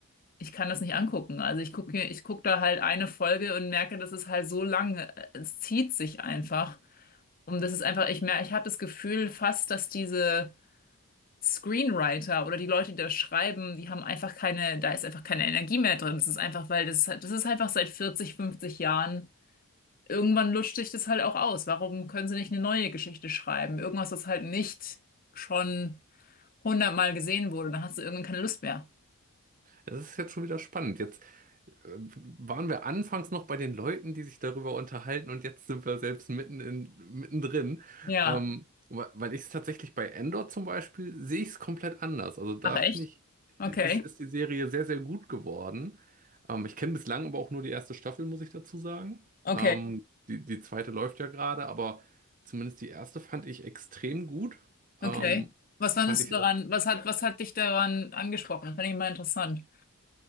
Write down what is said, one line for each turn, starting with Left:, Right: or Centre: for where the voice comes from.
Left: Ich kann das nicht angucken. Also ich gucke ich guck da halt eine Folge und merke, das ist halt so lang, äh, es zieht sich einfach. Und das ist einfach, ich merke, ich habe das Gefühl fast, dass diese Screenwriter oder die Leute, die das schreiben, die haben einfach keine, da ist einfach keine Energie mehr drin. Das ist einfach, weil das, halt- das ist einfach seit 40, 50 Jahren. Irgendwann lutscht sich das halt auch aus. Warum können sie nicht eine neue Geschichte schreiben? Irgendwas, das halt nicht schon hundertmal gesehen wurde. Dann hast du irgendwann keine Lust mehr.
Right: Das ist jetzt schon wieder spannend. Jetzt äh, waren wir anfangs noch bei den Leuten, die sich darüber unterhalten, und jetzt sind wir selbst mitten in, mittendrin.
Left: Ja.
Right: Ähm, wa- weil ich es tatsächlich bei Andor zum Beispiel sehe ich es komplett anders. Also da
Left: Ach echt?
Right: finde ich,
Left: Okay.
Right: ist, ist die Serie sehr, sehr gut geworden. Ähm, ich kenne bislang aber auch nur die erste Staffel, muss ich dazu sagen.
Left: Okay.
Right: Ähm, die, die zweite läuft ja gerade, aber zumindest die erste fand ich extrem gut.
Left: Okay.
Right: Ähm,
Left: Was fandest
Right: fand ich
Left: du daran?
Right: auch
Left: Was hat, was hat dich daran angesprochen? Das fand ich immer interessant.